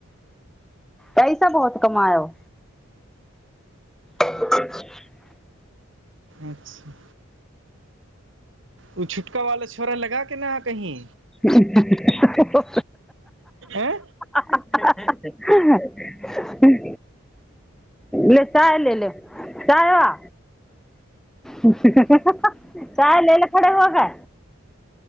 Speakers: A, in the centre; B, on the right (about 60°).
A: पैसा बहुत कमायो <inaudible>
B: अच्छा ओ छुटका वाला छोरा लगा के ना कहीं
A: हँ हँ हा
B: ऐं
A: हा ह ह ले चाय ले ले चाह आ ह ह ह चाय ले ले खड़े होके